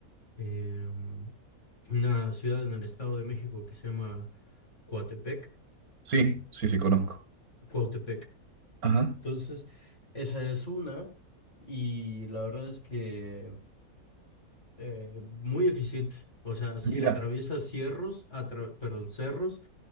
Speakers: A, on the left; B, on the right.
A: em, una ciudad en el Estado de México que se llama Coatepec,
B: Sí, sí, sí, conozco.
A: Cuautepec.
B: Ajá.
A: Entonces, esa es una y la verdad es que eh, muy eficiente. O sea, sí,
B: Mira.
A: atraviesa cierros, atra- perdón, cerros